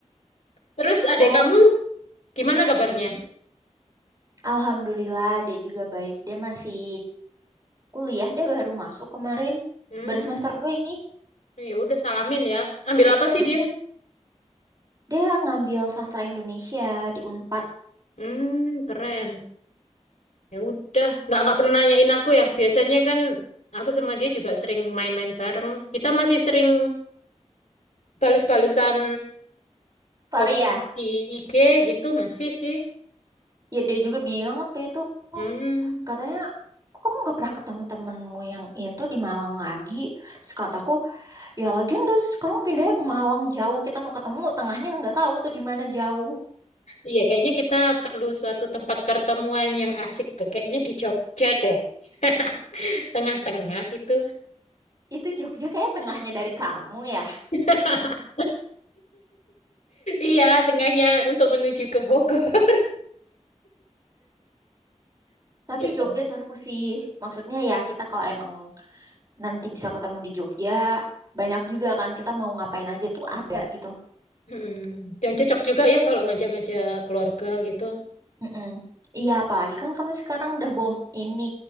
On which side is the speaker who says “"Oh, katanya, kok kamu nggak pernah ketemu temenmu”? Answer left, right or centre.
Right